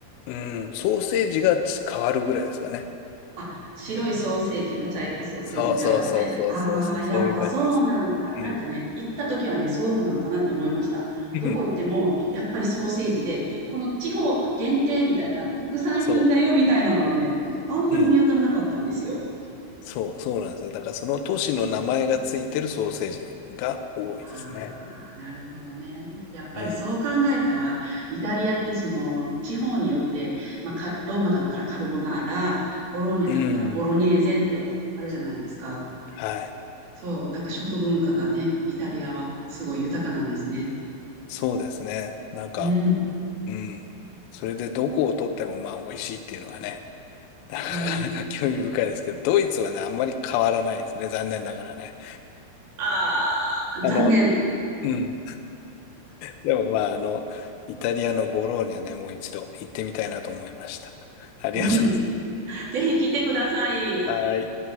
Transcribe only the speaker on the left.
うん、ソーセージがち変わるぐらいですかね。
そうそうそうそうそうそう、
そういう感じです。うん。
うん
そ
う。うん。そう、そうなんですよ。だからその都市の名前がついてるソーセージが多いですね。
うん。
うん。はい。
そうですね。なんか、
うん。それでどこを取ってもまあ美味しいっていうのがね、<laughs> なかなか興味深いですけど、
ドイツはね、あんまり変わらないですね。残念ながらね。
あの、
うん。でもまあ、あの、イタリアのボローニャね、もう一度行ってみたいなと思いました。ありがとうござい
ます。はい。